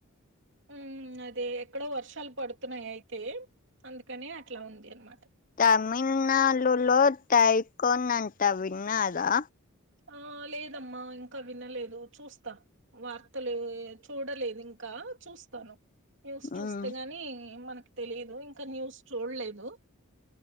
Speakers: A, on the right (about 60°); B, on the left (about 40°).
A: మ్మ్ అదే ఎక్కడో వర్షాలు పడుతున్నాయి అయితే అందుకనే అట్లా ఉంది అనమాట
B: తమిళ్నాళులో టైకోన్ అంత విన్నదా
A: ఆ లేదమ్మా ఇంకా వినలేదు చూస్తా వార్తలు చూడలేదు ఇంకా ఆ చూస్తాను న్యూస్ చూస్తేగాని
B: మ్
A: మనక్ తెలిదు ఇంకా న్యూస్ చూల్లేదు